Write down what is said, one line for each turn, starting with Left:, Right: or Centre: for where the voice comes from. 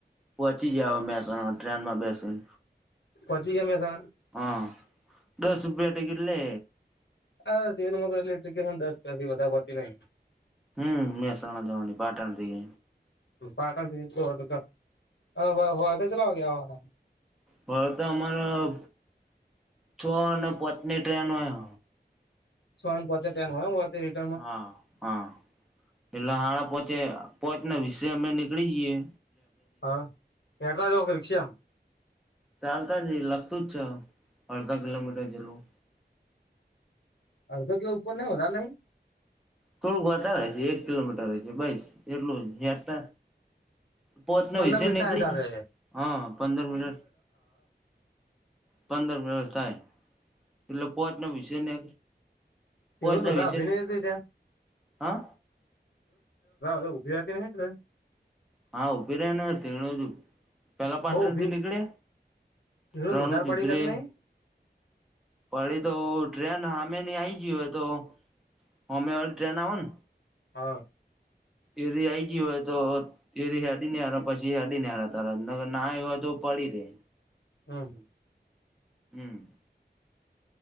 Centre: પહોચી ગ્યાં મહેસાણા ટ્રેન માં બેસીન
Left: પહોંચી ગયા મહેસાણા
Centre: હા દસ રૂપિયા ટિકિટ લે
Left: અહ ટ્રેનમા પણ આટલી ટિકિટ દસથી વધા હોતી નહી
Centre: હમ્મ મહેસાણા જવાની પાટણ થી
Left: હમ્મ પાટણથી તો બધા અહ વ વળતે ચલા હો ગયા હોગા
Centre: વળતા અમારા છો અને પોતની ટ્રેન હોય
Left: છોને પોચની ટ્રેન હોય વળતે રિટર્ન માં
Centre: હા હા પેલા હડા પોચે પોચને વિશે અમે નીકળી જઈએે
Left: હ એટલા લોકે રિક્ષા એમ
Centre: ચાલતા જ એ લગતું જ છે અડધા કિલોમીટર જેટલું
Left: અડધો કે ઉપર નહીં વધારે નહીં
Centre: થોડુંક વધારે હશે એક કિલોમીટર રહેશે બસ એટલું યાદ ત પોતચને
Left: પંદર
Centre: વિશે
Left: મિનિટ
Centre: નીકળી
Left: થાય જાતે
Centre: હા પંદર મિનિટ પંદર મિનિટ થાય એટલે પોહચને વિશે ને
Left: <unintelligible> તેણ
Centre: પોચના
Left: જ બધા
Centre: વિશે
Left: અભિનય ત્યાં
Centre: હા
Left: તેધ ઉભીતી <unintelligible>
Centre: હા ઊભી રે ને <unintelligible> પેલા પાટણ
Left: બહુ ઉભી
Centre: થી નીકળે
Left: એનો
Centre: રણુજ
Left: વધારે પડી
Centre: ઉભી
Left: તક
Centre: રે
Left: નહી
Centre: પડી તો ટ્રેન હામેની આઈ ગય હોય તો હોમે વારી ટ્રેન આવને
Left: હા
Centre: એ ર આઈજી હોય તો એ ર હડી ને હાર પછી હડી ને હાર તારગર ના આવ હોય તો પડી રે
Left: હમ્મ, હમ્મ
Centre: હમ્મ